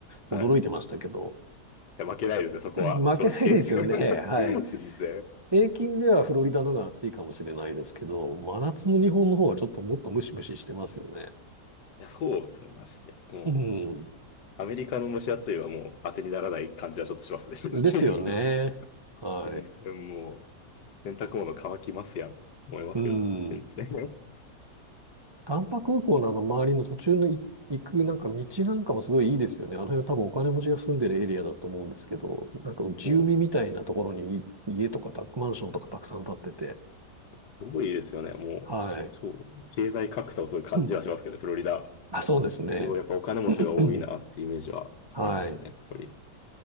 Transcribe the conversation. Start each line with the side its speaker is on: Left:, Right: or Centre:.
Left: はい。
Right: 驚いてましたけど、
Left: いや、負けないですね、
Right: <clears throat>
Left: そこは、
Right: 負けないですよね。
Left: 正直。<laughs>
Right: はい。
Left: 全然。
Right: 平均ではフロリダのが暑いかもしれないですけど、真夏の日本の方がちょっともっとムシムシしてますよね。
Left: いや、そうですね、マジで。も
Right: う
Left: う、アメリカの蒸し暑いはもう当てにならない感じはちょっとしますね、正直。
Right: ん。ですよね。はい。
Left: <laughs> 全然もう、洗濯物乾きますやんって思いますけど、
Right: うん。
Left: 全然。
Right: 丹波空港のあの周りの途中のい行くなんか道なんかもすごいいいですよね。あの辺は多分お金持ちが住んでるエリアだと思うんですけど、なんか内海みたいなところにい家とかたマンションとかたくさん建ってて。
Left: もう、すごいですよね、もう。
Right: はい。
Left: 超、経済格差をそういう感じはしますけど、
Right: うん。
Left: フロリダ。
Right: あ、そうですね。
Left: すごいやっぱお金持ちが多いなっていうイメージはありますね、
Right: <clears throat> はい。
Left: やっぱり。